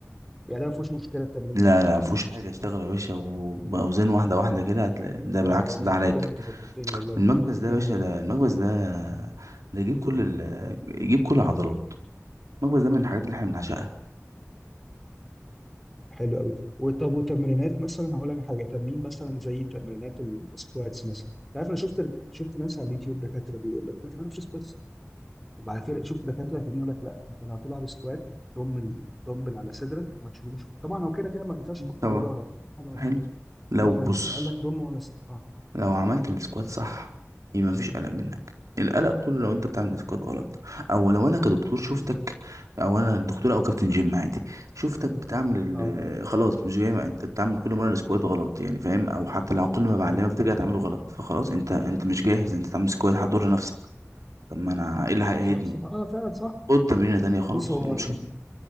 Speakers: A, in the centre; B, on the right.
A: يعني ده ما فيهوش مشكله التمرين
B: لا
A: ده
B: لا مفيهوش حاجة اشتغل يا باشا وبأوزان واحدة واحدة كده هتلاقي ده
A: آه،
B: بالعكس
A: ده
B: ده
A: انت
B: علاج
A: كده انت ظبطتني والله
B: المكبس ده يا
A: <laughs>
B: باشا ده المكبس ده ده يجيب كل ال... يجيب كل العضلات المكبس ده من الحاجات اللي احنا بنعشقها
A: حلو قوي وطب وتمرينات مثلا هقول لك حاجه تمرين مثلا زي تمرينات السكواتس مثلا انت عارف انا شفت شفت ناس على اليوتيوب دكاتره بيقول لك ما تعرفش سكواتس وبعد كده شفت دكاتره تانيين يقول لك لا انت لو هتلعب سكوات ضم الدمبل على صدرك ما تشيلوش طبعا هو كده كده ما ينفعش تحطه
B: طبعا
A: ورا ظهرك دي حاجه مفهومه
B: حلو لو
A: لكن
B: بص
A: قال لك ضم ولا س... اه
B: لو عملت السكوات صح يبقى مفيش قلق منك القلق كله لو انت بتعمل السكوات غلط او لو انا كدكتور شفتك
A: مم.
B: او انا دكتور او كابتن جيم عادي شفتك بتعمل
A: اه
B: ال- خلاص مش جاي ما انت بتعمل كل مره السكوات غلط يعني فاهم او حتى لو كل ما بعلمك
A: مم.
B: ترجع تعمله غلط فخلاص انت انت مش جاهز
A: مم.
B: انت تعمل سكوات هتضر نفسك طب ما انا ايه اللي هيقيدني
A: صح صح اه فعلا صح
B: خد تمرينه تانية خلاص
A: بص هو
B: ايه المشكله
A: ال-